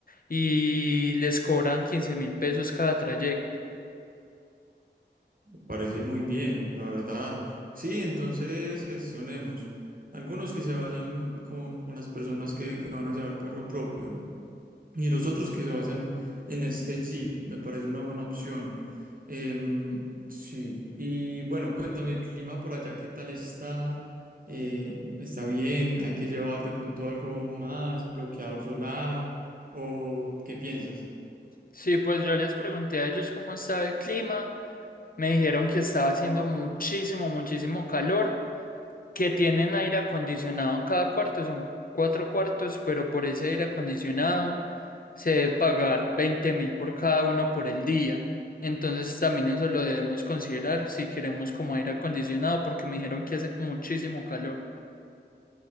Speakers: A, on the left; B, on the right.
A: y les cobran quince mil pesos cada trayecto.
B: Me Parece muy bien, la verdad. Sí, entonces gestionemos. Algunos que se vayan con, con las personas que, que van a llevar carro propio. Y los otros que se basan en este Jeep, me parece una buena opción. Em, sí, y bueno, cuéntame, el clima por allá, ¿qué tal está? Eh, ¿está bien? ¿Hay que llevar de pronto algo más, bloqueador solar? ¿O qué piensas?
A: Sí, pues yo les pregunté a ellos cómo estaba el clima. Me dijeron que estaba haciendo muchísimo, muchísimo calor, que tienen aire acondicionado cada cuarto, son cuatro cuartos, pero por ese aire acondicionado se debe pagar veinte mil por cada uno por el día. Entonces también eso lo debemos considerar si queremos como aire acondicionado, porque me dijeron que hace muchísimo calor.